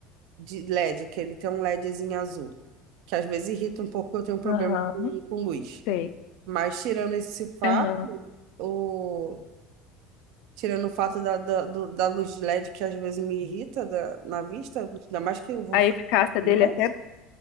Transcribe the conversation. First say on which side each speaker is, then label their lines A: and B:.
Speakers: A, on the right (about 70°); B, on the left (about 70°).
A: de LED, que ele tem um LEDzinho azul, que às vezes irrita um pouco, eu tenho um problema
B: Aham,
A: com, com luz.
B: sei.
A: Mas tirando esse fato,
B: Aham.
A: o tirando o fato da, da, do- da luz de LED que às vezes me irrita da- na vista, ainda mais que eu vou
B: A
A: fazer
B: eficácia
A: de
B: dele
A: noite.
B: é até,